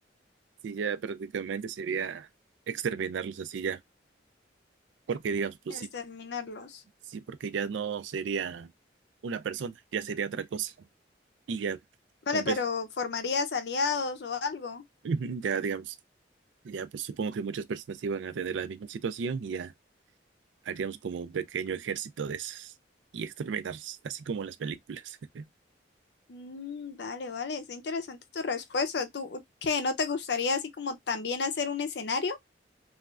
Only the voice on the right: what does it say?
sí, ya prácticamente sería exterminarlos así ya, porque digamos, pues
sí, sí, porque ya no sería una persona, ya sería otra cosa y ya,
en
vez,
<laughs> ya digamos, ya pues supongo que muchas personas iban a tener la misma situación y ya. haríamos como un pequeño ejército de esos y experimentar, así como en las películas. <laughs>